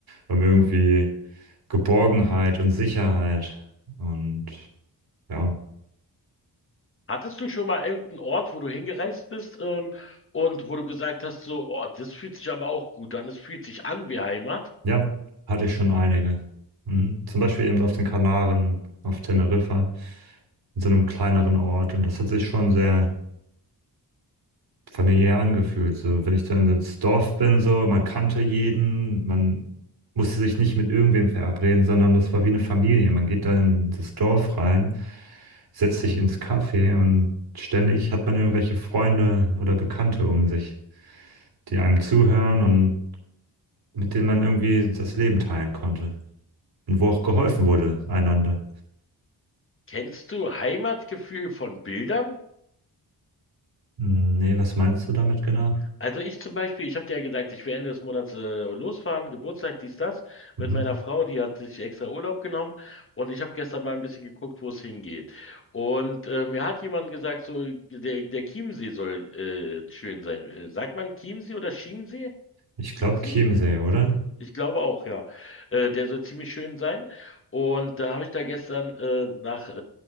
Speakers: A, on the right; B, on the left.
A: um irgendwie Geborgenheit und Sicherheit. Und ja,
B: Hattest du schon mal irgendeinen Ort, wo du hingereist bist, ähm, und wo du gesagt hast, so, oh, das fühlt sich aber auch gut an, das fühlt sich an wie Heimat?
A: ja, hatte ich schon einige. Mhm. Zum Beispiel eben auf den Kanaren, auf Teneriffa, in so einem kleineren Ort. Und das hat sich schon sehr familiär angefühlt. So, wenn ich dann ins Dorf bin, so, man kannte jeden, man musste sich nicht mit irgendwem verabreden, sondern das war wie eine Familie. Man geht da in das Dorf rein, setzt sich ins Café und ständig hat man irgendwelche Freunde oder Bekannte um sich, die einem zuhören und mit denen man irgendwie das Leben teilen konnte. Und wo auch geholfen wurde, einander.
B: Kennst du Heimatgefühl von Bildern?
A: Hm, Nee, was meinst du damit genau?
B: Also ich zum Beispiel, ich habe dir ja gesagt, ich will Ende des Monats äh, losfahren, Geburtstag, dies, das,
A: Mhm.
B: mit meiner Frau, die hat sich extra Urlaub genommen und ich habe gestern mal ein bisschen geguckt, wo es hingeht. Und äh, mir hat jemand gesagt, so, der, der Chiemsee soll äh, schön sein. Äh, sagt man Chiemsee oder Chiemsee?
A: Ich
B: Chiemsee?
A: glaube Chiemsee, oder?
B: Ich glaube auch, ja. Äh, der soll ziemlich schön sein. Und da habe ich da gestern äh, nach äh,